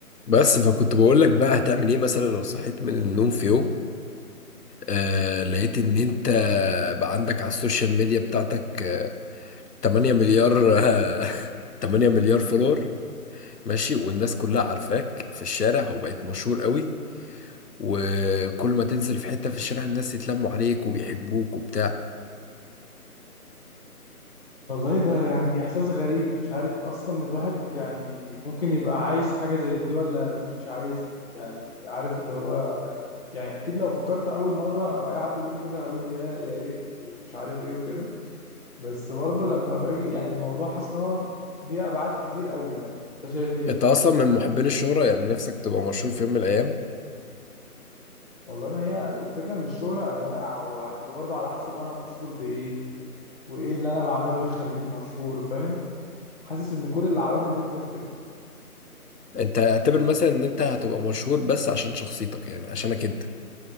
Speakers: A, on the left; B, on the left.
A: بس فكنت بقول لك بقى هتعمل ايه مثلا لو صحيت من النوم في يوم آه لقيت ان انت بقى عندك على السوشيال ميديا بتاعتك آه، 8 مليار آه <laughs> 8 مليار فولور ماشي والناس كلها عارفاك في الشارع وبقيت مشهور قوي وكل ما تنزل في حتة في الشارع الناس يتلموا عليك وبيحبوك وبتاع
B: والله ده يعني إحساس غريب مش عارف أصلا الواحد يعني ممكن يبقى عايز حاجة زي دي ولا مش عايزها يعني عارف اللي هو يعني أكيد لو فكرت أول مرة أو أي حد بيقول لي كده هقول يا يا ريت ومش عارف إيه وكده بس برضه لما باجي يعني الموضوع حاسس إن هو ليه أبعاد كتير قوي يعني أنت شايف إيه؟
A: انت اصلا من محبين الشهرة يعني نفسك تبقى مشهور في يوم من الايام
B: والله ما هي الفكرة إن الشهرة أنواع وهتبقى برضه على حسب أنا مشهور بإيه وإيه اللي أنا بعمله يخليني مشهور فاهم؟ حاسس إن كل العوامل دي بتفرق
A: انت اعتبر مثلا ان انت هتبقى مشهور بس عشان شخصيتك يعني عشانك انت